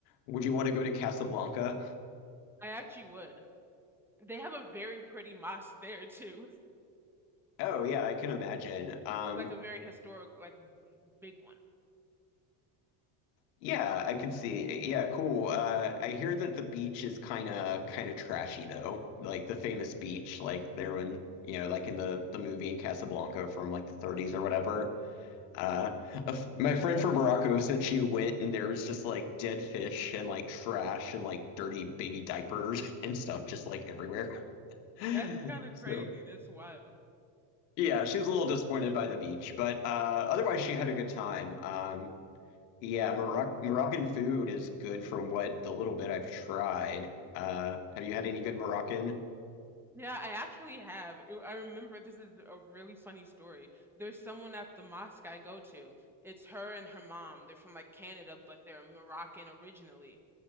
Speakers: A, on the left (about 90°); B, in the centre.
A: would you want to go to Casablanca?
B: I actually would. They have a very pretty mosque there too. <laughs>
A: Oh yeah, I can imagine.
B: It's,
A: Um
B: it's like a very historic, like big one.
A: yeah, I could see. Yeah, cool. Uh I hear that the beach is kind of kind of trashy though. Like the famous beach like there when, you know, like in the the movie Casablanca from like the 30s or whatever. Uh, a f- my friend from Morocco said she went and there was just like dead fish and like trash and like dirty baby diapers <laughs> and
B: <laughs>
A: stuff just like everywhere. <laughs>
B: That's kind of
A: So
B: crazy. That's wild.
A: yeah, she was a little disappointed by the beach, but uh, otherwise she had a good time. Um, yeah, Moroc Moroccan food is good from what the little bit I've tried. Uh, have you had any good Moroccan?
B: Yeah, I actually have. I I remember this is a really funny story. There's someone at the mosque I go to. It's her and her mom. They're from like Canada, but they're Moroccan originally.